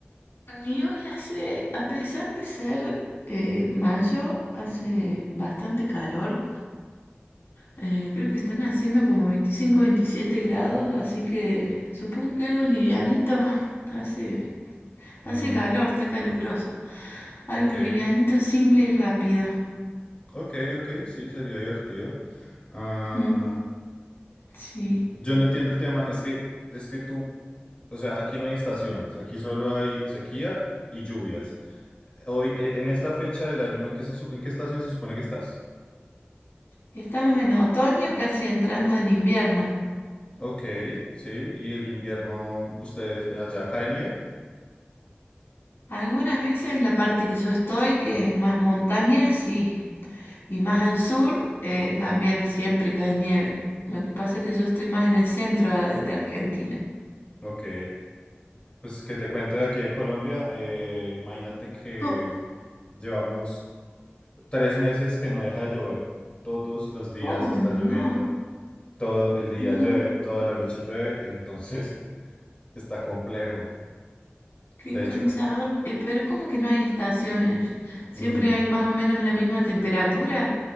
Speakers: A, on the left; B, on the left.
A: Y hoy hace, a pesar de ser eh, mayo, hace bastante calor. Eh, creo que están haciendo como 25 27 grados, así que supongo que algo livianito hace Hace
B: Mm,
A: calor, está caluroso. Algo
B: ok,
A: livianito, simple y rápido.
B: ok, ok, sí, sería divertido. Ah,
A: Mm, Sí.
B: yo no entiendo el tema. Es que, es que tú O sea, aquí no hay estaciones, aquí solo hay sequía y lluvias. Hoy, e- en esta fecha del año, ¿en qué se, su- en qué estación se supone que estás?
A: Estamos en otoño, casi entrando en invierno.
B: Ok, sí, y el invierno, ¿ustedes eh, allá cae nieve?
A: Algunas veces en la parte que yo estoy, que es más montaña, sí. Y más al sur, eh, también siempre cae nieve. Lo que pasa es que yo estoy más en el centro de, de Argentina.
B: Ok, pues que te cuento de aquí de Colombia, eh, imagínate que
A: Co-
B: llevamos tres meses que no deja de llover. Todos los días
A: Oh,
B: está
A: no,
B: lloviendo, todo el día
A: no.
B: llueve, toda la noche llueve, entonces <laughs> está complejo.
A: Qué
B: De
A: cansador.
B: hecho.
A: Eh, pero ¿cómo que no hay estaciones? ¿Siempre
B: mm,
A: hay más o menos la misma temperatura?